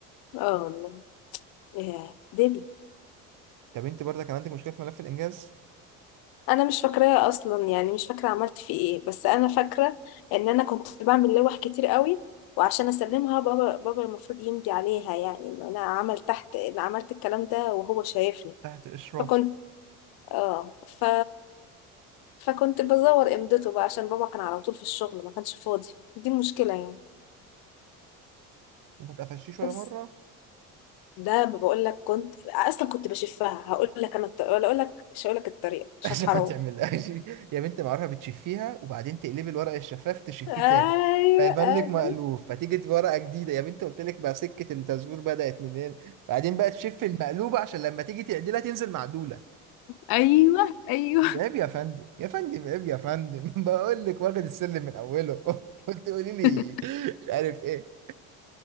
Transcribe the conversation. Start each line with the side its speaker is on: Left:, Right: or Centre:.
Left: اه والله يا دنيا
Right: طب أنت برضه كان عندك مشكلة في ملف الإنجاز
Left: انا مش فاكراها اصلا يعني مش فاكره عملت فيه ايه بس انا فاكره ان انا كنت بعمل لوح كتير قوي وعشان اسلمها بابا بابا المفروض يمضي عليها يعني ان انا عملت تحت ان عملت الكلام ده وهو شايفني
Right: تحت إشراف
Left: فكنت اه ف فكنت بزور امضته بقى عشان بابا كان على طول في الشغل ما كانش فاضي دي المشكله يعني
Right: وما تقفشيش ولا
Left: بس
Right: مرة
Left: ده ما بقول لك كنت اصلا كنت بشفها هقول لك انا الط... ولا اقول لك مش هقول لك الطريقه
Right: <laughs>
Left: عشان
Right: عشان
Left: حرام
Right: ما تعملهاش يا بنت معرفة بتشفيها وبعدين تقلبي الورق الشفاف تشفيه
Left: ايوه
Right: تاني فيبان
Left: ايوه
Right: لك مألوف فتيجي ورقة جديدة يا بنت قلت لك بقى سكة التزوير بدأت منين بعدين بقى تشف المقلوبة عشان لما تيجي تعدلها تنزل معدولة
Left: ايوه ايوه
Right: عيب يا فندم يا فندم عيب يا فندم <laughs> بقول لك واخد السلم من اوله <laughs> وتقولي لي
Left: <laughs>
Right: مش عارف ايه